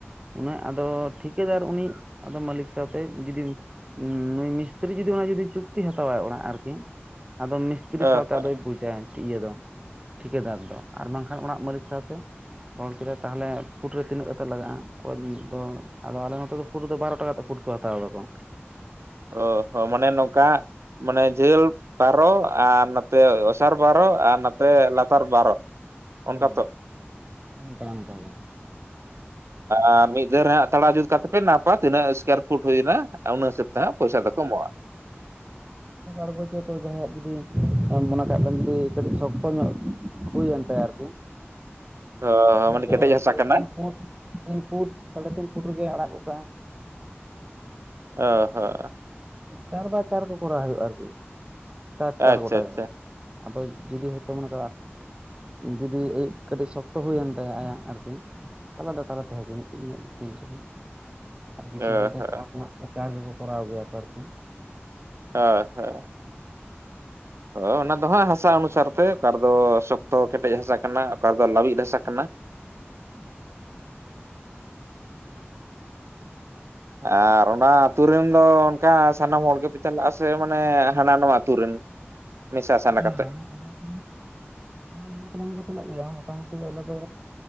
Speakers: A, on the right; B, on the right.
A: ᱤᱱᱟᱹᱜ ᱟᱫᱚ ᱴᱷᱤᱠᱟᱹᱫᱟᱨ ᱩᱱᱤ ᱟᱫᱚ ᱢᱟᱹᱞᱤᱠ ᱥᱟᱶᱛᱮ ᱡᱩᱫᱤᱢ ᱩᱸᱻ ᱱᱩᱭ ᱢᱤᱥᱛᱨᱤ ᱡᱩᱫᱤ ᱚᱱᱟ ᱡᱩᱫᱤ ᱪᱩᱠᱛᱤ ᱦᱟᱛᱟᱣᱟᱭ ᱚᱲᱟᱜ ᱟᱨᱠᱤ ᱟᱫᱚ ᱢᱤᱥ ᱪᱤᱞᱤ
B: ᱚ
A: ᱥᱟᱶᱛᱮ
B: ᱦᱚᱸ
A: ᱟᱫᱚᱭ ᱵᱩᱡᱟᱭ ᱤᱭᱟᱹ ᱫᱚ ᱴᱷᱤᱠᱟᱹᱫᱟᱨ ᱫᱚ ᱟᱨ ᱵᱟᱝᱠᱷᱟᱱ ᱚᱲᱟᱜ ᱢᱟᱹᱞᱤᱠ ᱥᱟᱶᱛᱮ ᱨᱚᱲ ᱠᱮᱫᱟ ᱛᱟᱦᱞᱮ ᱯᱷᱩᱴ ᱨᱮ ᱛᱤᱱᱟᱹᱜ ᱠᱟᱛᱮ ᱞᱟᱜᱟᱜᱼᱟ ᱚᱠᱚᱭ ᱫᱚ ᱟᱫᱚ ᱟᱞᱮ ᱱᱚᱛᱮ ᱫᱚ ᱯᱩ ᱫᱚ ᱵᱟᱨᱚ ᱴᱟᱠᱟ ᱠᱟᱛᱮ ᱯᱷᱩᱴᱠᱚ ᱦᱟᱛᱟᱣ ᱮᱫᱟᱠᱚ
B: ᱚ ᱦᱚᱸ ᱢᱟᱱᱮ ᱱᱚᱝᱠᱟ ᱢᱟᱱᱮ ᱡᱷᱟᱹᱞ ᱵᱟᱨᱚ ᱟᱨ ᱱᱚᱛᱮ ᱚᱥᱟᱨ ᱵᱟᱨᱚ ᱟᱨ ᱱᱚᱛᱮ ᱞᱟᱛᱟᱨ ᱵᱟᱨᱚ
A: ᱦᱮᱸ
B: ᱚᱱᱠᱟ ᱛᱚ
A: ᱚᱱᱠᱟ ᱚᱱᱠᱟᱜᱮ
B: ᱟᱨ ᱢᱤᱫ ᱫᱚ ᱨᱮ ᱦᱟᱜ ᱛᱟᱲᱟ ᱡᱩᱛ ᱠᱟᱛᱮ ᱯᱮ ᱱᱟᱯᱟ ᱛᱤᱱᱟᱹᱜ ᱥᱠᱚᱭᱟᱨ ᱯᱷᱩᱴ ᱦᱩᱭᱱᱟ ᱟᱨ ᱚᱱᱟ ᱦᱤᱥᱟᱹᱵ ᱛᱮᱦ ᱯᱚᱭᱥᱟ ᱫᱚᱠᱚ ᱮᱢᱚᱜᱼᱟ
A: ᱲᱜᱠᱚ ᱡᱟᱦᱟᱸᱭᱟᱜ ᱡᱩᱫᱤ ᱮᱢ ᱢᱚᱱᱮ ᱠᱟᱜ ᱛᱟᱭ ᱡᱩᱤ ᱠᱟᱹᱴᱤᱡ ᱥᱚᱠᱛᱚ ᱧᱚᱜ ᱦᱩᱭᱮᱱ ᱛᱟᱭᱟ ᱟᱨᱠᱤ
B: ᱚ
A: ᱩᱱᱤ
B: ᱢᱟᱱᱮ
A: ᱫᱚ
B: ᱠᱮᱴᱮᱡ ᱦᱟᱥᱟ ᱠᱟᱱᱟ
A: ᱛᱤᱱ ᱯᱷᱩᱴ ᱛᱤᱱ ᱯᱷᱩᱴ ᱥᱟᱲᱮ ᱛᱤᱱ ᱯᱷᱩᱴ ᱨᱮᱜᱮ ᱟᱲᱟᱜ ᱠᱟᱜᱼᱟ
B: ᱚ ᱦᱚᱸ
A: ᱪᱟᱨ ᱵᱟᱭ ᱪᱟᱨ ᱠᱚ ᱠᱚᱨᱟᱣ ᱦᱩᱭᱩᱜᱼᱟ ᱟᱨᱠᱤ ᱪᱟᱨ ᱪᱟᱨ
B: ᱟᱪᱪᱷᱟ
A: ᱜᱚᱴᱟ
B: ᱟᱪᱪᱷᱟ
A: ᱡᱟᱭᱜᱟ ᱟᱫᱚ ᱡᱩᱫᱤ ᱦᱚᱭᱛᱳ ᱢᱟᱱᱮ ᱡᱩᱫᱤᱭ ᱠᱟᱹᱴᱤᱡ ᱥᱚᱠᱛᱚ ᱦᱩᱭᱮᱱ ᱛᱟᱭᱟ ᱟᱭᱟᱜ ᱟᱨᱠᱤ ᱛᱟᱞᱟ ᱫᱚ ᱛᱟᱞᱟᱛᱮ ᱦᱤᱡᱩᱜ ᱢᱤᱫ ᱫᱚ ᱛᱤᱱ ᱡᱚᱱ
B: <inaudible>
A: ᱟᱨ ᱠᱤᱪᱷᱩ ᱦᱚᱲ ᱫᱚ
B: ᱦᱚᱸ
A: ᱪᱟᱥ ᱨᱮᱱᱟᱜ ᱫᱚ ᱪᱟᱥ ᱜᱮᱠᱚ ᱠᱚᱨᱟᱣ ᱜᱮᱭᱟ ᱠᱚ ᱟᱨᱠᱤ
B: ᱦᱮᱸ ᱦᱮᱸ ᱦ ᱚᱱᱟ ᱫᱚ ᱦᱟᱸᱜ ᱦᱟᱥᱟ ᱚᱱᱩᱥᱟᱨ ᱛᱮ ᱚᱠᱟᱫᱚ ᱥᱚᱠᱛᱚ ᱠᱮᱴᱮᱡ ᱦᱟᱥᱟ ᱠᱟᱱᱟ ᱚᱠᱟ ᱨᱮᱫᱚ ᱞᱟᱹᱵᱤᱫ ᱦᱟᱥᱟ ᱠᱟᱱᱟ
A: <unintelligible> <inaudible>
B: ᱟᱨ ᱚᱱᱟ ᱟᱹᱛᱩ ᱨᱮᱱ ᱫᱚ ᱚᱱᱠᱟ ᱥᱟᱱᱟᱢ ᱦᱚᱲ ᱜᱮᱯᱮ ᱪᱟᱞᱟᱜᱼᱟ ᱥᱮ ᱢᱟᱱᱮ ᱦᱟᱱᱟ ᱱᱚᱣᱟ ᱟᱹᱛᱩ ᱨᱮᱱ <inaudible>
A: <inaudible>
B: ᱠᱟᱛᱮᱜ <inaudible>
A: ᱚᱱᱟ ᱫᱚ ᱢᱮᱱᱟᱜ ᱜᱮᱭᱟ ᱢᱚᱴᱟᱢᱩᱴᱤ ᱟᱞᱮ ᱫᱚ